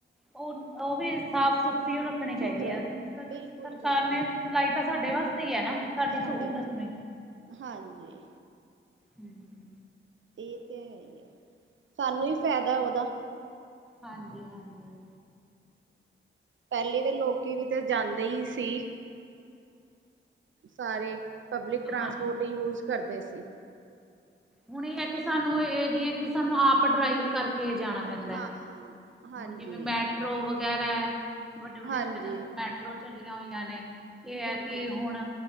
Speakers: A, in the centre; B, on the right (about 70°).
A: ਉਹ- ਉਹ ਵੀ ਸਾਫ-ਸੁਥਰੀ ਰੱਖਣੀ ਚਾਈਦੀ
B: ਸੁਥਰੇ
A: ਐ, ਕਿਉਂਕਿ ਸਰ-ਸਰਕਾਰ
B: ਬਿਲਕੁਲ ਬਿਲਕੁਲ
A: ਨੇ ਚਲਾਈ ਤਾਂ ਸਾਡੇ ਵਾਸਤੇ ਈ ਐ ਨਾ ਸਾਡੀ
B: ਸਾਡੇ
A: ਸਹੂਲਤ
B: ਵਾਸਤੇ
A: ਨੂੰ
B: ਹਾਂਜੀ।
A: ਹਮ
B: ਇਹ ਤੇ ਹੈ ਈ ਐ, ਸਾਨੂੰ ਈ ਫਾਇਦਾ ਉਹਦਾ
A: ਹਾਂਜੀ-ਹਾਂਜੀ।
B: ਪਹਿਲੇ ਦੇ ਲੋਕੀ ਵੀ ਤਾਂ ਜਾਂਦੇ ਈ ਸੀ। ਸਾਰੇ ਪਬਲਿਕ ਟ੍ਰਾਂਸਪੋਰਟ
A: ਹਾਂ
B: ਯੂਜ ਕਰਦੇ ਸੀ।
A: ਹੁਣ ਇਹ ਹੈ ਕਿ ਸਾਨੂੰ ਇਹ ਨੀ ਹੈ ਕਿ ਸਾਨੂੰ ਆਪ ਡਰਾਈਵ ਕਰਕੇ ਜਾਣਾ ਪੈਦਾ।
B: ਹਾਂ
A: ਹੁਣ‌
B: ਹਾਂਜੀ
A: ਜਿਵੇਂ ਮ ਮੈਟਰੋ ਵਗੈਰਾ ਵੱਡੇ-ਵੱਡੇ
B: ਹਾਂਜੀ
A: ਸ਼ਹਿਰਾਂ ਚ ਮੈਟਰੋ ਚੱਲੀਆਂ ਹੋਈਆਂ ਨੇ ਇਹ
B: ਬਿਲਕੁਲ
A: ਹੈ ਕਿ ਹੁਣ